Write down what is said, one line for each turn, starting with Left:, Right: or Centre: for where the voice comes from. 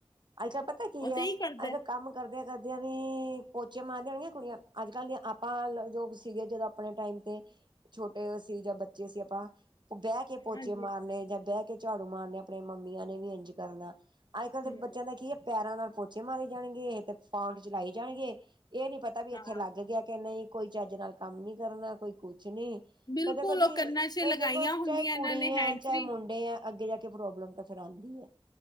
Right: ਅੱਜ ਕੱਲ ਪਤਾ ਕੀ
Left: ਉਹ
Right: ਹੈ
Left: ਤੇ ਹੀ ਕਰਦਾ
Right: ਅੱਜ
Left: ਹੈ।
Right: ਕੱਲ ਕੰਮ ਕਰਦਿਆਂ ਕਰਦਿਆਂ ਵੀ ਪੋਚੇ ਮਾਰਦੇ ਹੋਣਗੀਆਂ ਕੁੜੀਆਂ ਅੱਜ ਕੱਲ ਦੀਆਂ ਆਪਾਂ ਜੋ ਸੀਗੇ ਜਦੋਂ ਆਪਣੇ ਟਾਈਮ ਤੇ ਛੋਟੇ ਸੀ ਜਾਂ ਬੱਚੇ ਸੀ ਆਪਾਂ ਬਹਿ ਕੇ ਪੋਚੇ
Left: ਹਾਂਜੀ
Right: ਮਾਰਨੇ ਜਾਂ ਬਹਿ ਕੇ ਝਾੜੂ ਮਾਰਨ ਆਪਣੇ ਮੰਮੀਆਂ ਨੇ ਵੀ ਇੰਝ ਕਰਨਾ। ਅੱਜ-ਕੱਲ੍ਹ ਦੇ
Left: ਹੂੰ
Right: ਬੱਚਿਆਂ ਦਾ ਕੀ ਹੈ ਪੈਰਾਂ ਨਾਲ ਪੋਚੇ ਮਾਰੇ ਜਾਣਗੇ ਤੇ ਫੌਂਨ ਚਲਾਈ ਜਾਣਗੇ। ਇਹ ਨੀ ਪਤਾ ਵੀ
Left: ਹਾਂ
Right: ਇੱਥੇ ਲੱਗ ਗਿਆ ਕੇ ਨਹੀਂ ਕੋਈ ਚੱਜ ਨਾਲ ਕੰਮ ਨੀ ਕਰਨਾ ਕੋਈ ਕੁਛ ਕੁਛ ਨੀ
Left: ਬਿਲਕੁਲ
Right: ਫਿਰ ਦੇਖੋ ਜੀ
Left: ਉਹ ਕੰਨਾਂ 'ਚ
Right: ਫੇਰ
Left: ਲਗਾਈਆਂ
Right: ਦੇਖੋ
Left: ਹੁੰਦੀਆਂ
Right: ਚਾਹੇ ਕੁੜੀ
Left: ਇਹਨਾਂ ਨੇ
Right: ਆ
Left: ਹੈਂਡ
Right: ਚਾਹੇ
Left: ਫ੍ਰੀ
Right: ਮੁੰਡੇ ਆ ਅੱਗੇ ਜਾ ਕੇ ਪ੍ਰੋਬਲਮ ਤਾਂ ਫਿਰ ਆਂਦੀ ਹੈ।